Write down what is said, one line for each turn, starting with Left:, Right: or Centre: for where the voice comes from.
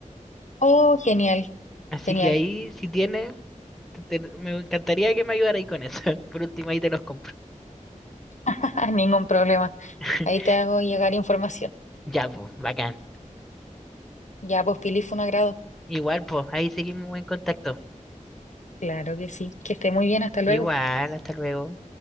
Left: Oh, genial,
Centre: Así
Left: genial.
Centre: que ahí, si tienes, te- te- me encantaría que me ayudara ahí con eso. <laughs> Por último, ahí te los compro.
Left: <laughs> Ningún problema.
Centre: <laughs>
Left: Ahí te hago llegar información.
Centre: Ya, pues, bacán.
Left: Ya, pues, Pili, fue un agrado.
Centre: Igual, pues, ahí seguimos en contacto.
Left: Claro que sí. Que esté muy bien, hasta luego.
Centre: Igual, hasta luego.